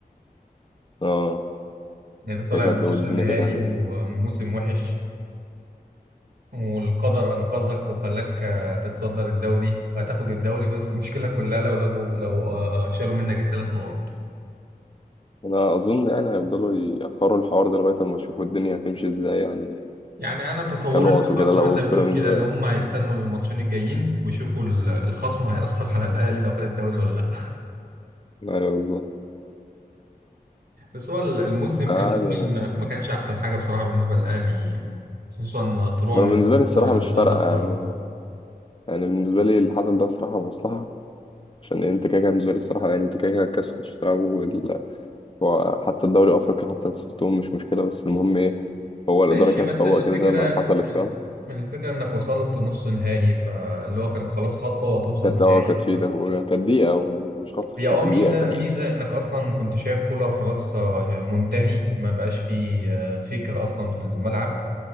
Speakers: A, on the left (about 35°); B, on the right (about 80°).
A: آه
B: يعني انت طالع
A: كده
B: من نص
A: والدنيا
B: النهائي
A: كده
B: والموسم وحش والقدر انقذك وخلاك آه، تتصدر الدوري وهتاخد الدوري بس المشكله كلها لو لغوا لو آه، شالوا منك الثلاث نقط
A: أنا أظن يعني هيفضلوا يأخروا الحوار ده لغاية أما يشوفوا الدنيا هتمشي إزاي يعني
B: يعني انا تصوري
A: كنقط
B: اللي
A: وكده
B: هو زي
A: لو
B: ما انت بتقول
A: بيراميدز
B: كده
A: وقع.
B: اللي هم هيستنوا الماتشين الجايين ويشوفوا ال- الخصم هيأثر على الاهلي لو خد الدوري ولا لا
A: أيوه بالظبط
B: بس هو ال- الموسم
A: بس عادي.
B: كمجمل ما ما كانش احسن حاجه بصراحه بالنسبه للاهلي خصوصا طلوع
A: أنا
B: من
A: بالنسبة لي الصراحة
B: دوري الابطال
A: مش فارقة
B: ده بصراحه
A: يعني يعني بالنسبة لي اللي حصل ده الصراحة مصلحة عشان انت كده كده بالنسبه لي الصراحه يعني انت كده كده الكاس كنتش تلعبه ال- هو حتى الدوري الافريقي حتى لو خسرتهم مش مشكله بس المهم ايه هو الاداره
B: ماشي
A: كانت
B: بس
A: تفوق
B: الفكرة
A: كده زي ما حصلت
B: ال-
A: فاهم
B: الفكرة انك وصلت نص نهائي فاللي هو كان خلاص خطوة وهتوصل
A: كانت
B: لنهائي
A: اه كانت في
B: ف...
A: ده وكانت دقيقه ومش خاطر
B: هي اه
A: كانت
B: ميزة
A: دقيقه كمان
B: ميزة انك اصلا كنت شايف كولر خلاص آه، منتهي ما بقاش فيه آه، فكر اصلا في الملعب